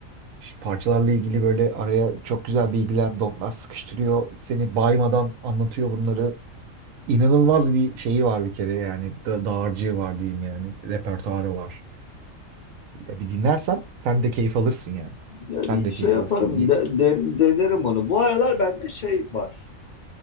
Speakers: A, on the right (about 80°); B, on the left (about 70°).
A: Şu Parçalarla ilgili böyle araya çok güzel bilgiler, dotlar sıkıştırıyor. Seni baymadan anlatıyor bunları. İnanılmaz bir şeyi var bir kere yani da dağarcığı var diyeyim yani. Repertuarı var. Ya bir dinlersen sen de keyif alırsın yani.
B: Ya
A: Sen
B: bir
A: de
B: şey
A: keyif
B: yaparım,
A: alırsın. Ye-
B: de, de- denerim onu. Bu aralar bende şey var.